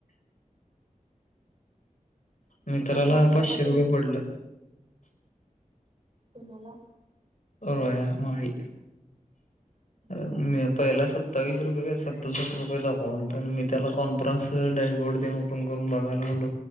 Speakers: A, on the left; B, on the right.
A: मित्राला
B: काल नाझियाला
A: पाचशे
B: केल
A: रुपये पडलं.
B: कुणाला?
A: रोया माळी
B: हम्म
A: मी आता एल आय सा त सत्तावीस रुपये का सदुसाट रुपये दाखवलं मी त्याला कॉन्फरन्सला डॅशबोर्ड देऊन ओपन करून बघायला आलो